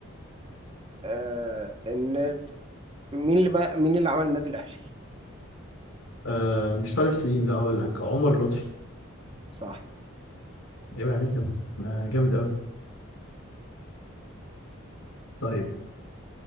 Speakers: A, on the right; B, on the left.
A: آه الناد مين اللي بقى مين اللي عمل النادي الاهلي
B: آه مش صالح سليم لا هقول لك عمر لطفي
A: صح
B: يبقى عليك يا ابني. ما جامد أوي طيب